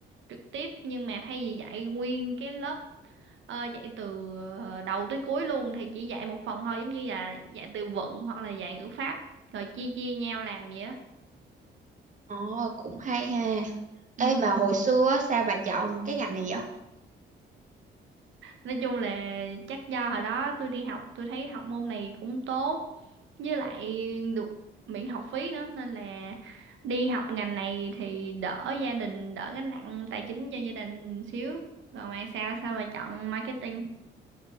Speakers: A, on the right; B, on the right.
A: trực tiếp nhưng mà thay vì dạy nguyên cái lớp ờ, dạy từ ờ, đầu tới cuối luôn thì chỉ dạy một phần thôi giống như là dạy từ vựng hoặc là dạy ngữ pháp rồi chia chia nhau làm vậy á
B: Ồ, cũng hay ha. Ê
A: ừ.
B: mà hồi xưa á, sao bà chọn cái ngành này vậy?
A: nói chung là chắc do hồi đó tôi đi học tôi thấy học môn này cũng tốt với lại được miễn học phí nữa nên là đi học ngành này thì đỡ gia đình đỡ gánh nặng tài chính cho gia đình xíu còn bạn sao sao mà chọn marketing